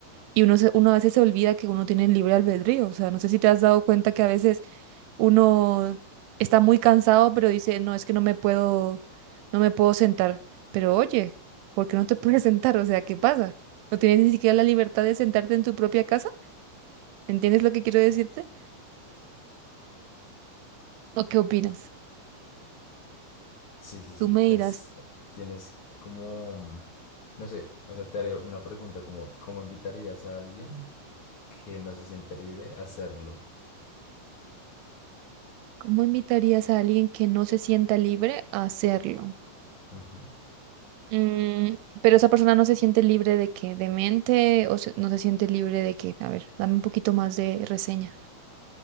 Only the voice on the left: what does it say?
sí, sí, sí,
pues
tienes como, no sé, o sea, te haré una pregunta como, ¿cómo invitarías a alguien que no se siente libre a hacerlo?
Ajá.